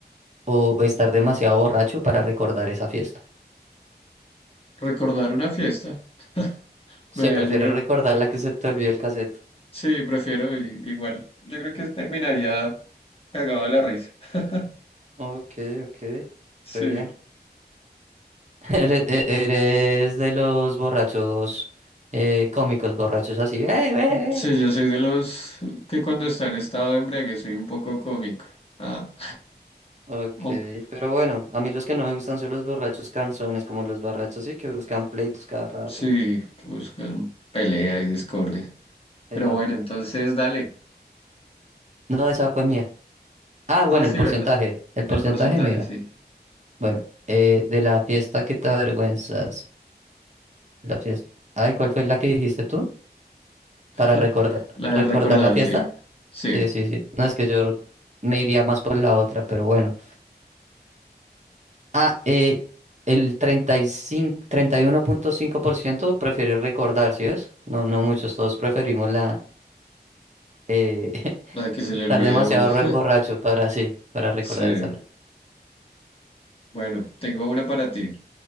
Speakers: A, on the right (about 40°); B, on the left (about 35°).
A: o estar demasiado borracho para recordar esa fiesta?
B: recordar una fiesta.
A: Sí,
B: Me-
A: prefiero
B: yo creo
A: recordar
B: que
A: la que se te olvidó el cassette.
B: sí, prefiero i- igual. Yo creo que terminaría cagado de la risa. <laughs>
A: Ok, ok,
B: Sí,
A: re bien. <laughs> Eres, e- eres de los borrachos eh, cómicos, borrachos así. ¡Eh, eh,
B: sí,
A: eh!
B: yo soy de los que cuando está en estado de embriaguez soy un poco cómico. Ah.
A: Ok,
B: <laughs>
A: pero bueno, a mí los que no me gustan son los borrachos canzones, como los borrachos sí que buscan pleitos cada rato.
B: Sí, que buscan pelea y discordia.
A: Epa.
B: Pero bueno, entonces dale.
A: No, esa fue mía. Ah, bueno,
B: Ah, sí,
A: el porcentaje.
B: ¿verdad?
A: El
B: El
A: porcentaje,
B: porcentaje,
A: mira.
B: sí.
A: Bueno, eh, de la fiesta que te avergüenzas. La fiesta. Ay, ¿cuál fue la que dijiste tú?
B: <laughs>
A: Para recordar,
B: La
A: recordar
B: de recordar,
A: la fiesta.
B: sí. Sí,
A: Sí, sí, sí. No es que yo me iría más por la otra, pero bueno. Ah, eh, el treinta y cinco, treinta y uno punto cinco por ciento prefiere recordar, ¿sí ves? No, no muchos, todos preferimos la eh, <laughs>
B: la de que se le
A: estar
B: olvida
A: demasiado
B: a uno. <laughs>
A: re- borracho para sí, para recordar
B: Sí.
A: esa fiesta.
B: Bueno, tengo una para ti.